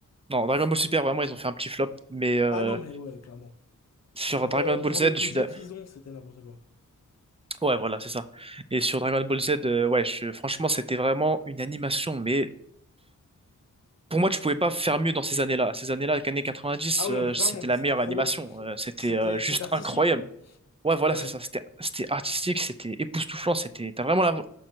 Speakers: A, on the right (about 20°); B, on the left (about 55°).
A: Non, Dragon Ball Super, vraiment, ils ont fait un petit flop, mais euh,
B: Ah non, mais ouais, clairement.
A: sur
B: Pour,
A: Dragon
B: euh,
A: Ball
B: pour
A: Z,
B: le budget
A: je suis d'a-
B: qu'ils ont, c'était n'importe quoi.
A: Ouais, voilà, c'est ça. Et sur Dragon Ball Z, euh, ouais, je- franchement, c'était vraiment une animation, mais pour moi, tu pouvais pas faire mieux dans ces années-là. Ces années-là, les années 90,
B: Ah oui,
A: euh,
B: non, mais clairement,
A: c'était
B: mais
A: la
B: c'était
A: meilleure
B: trop
A: animation.
B: beau.
A: Euh, c'était
B: C'était
A: euh, juste
B: c'était artistique,
A: incroyable.
B: quoi.
A: Ouais, voilà,
B: Ouais,
A: c'est ça. C'était, c'était artistique, c'était époustouflant. C'était, t'as vraiment, la-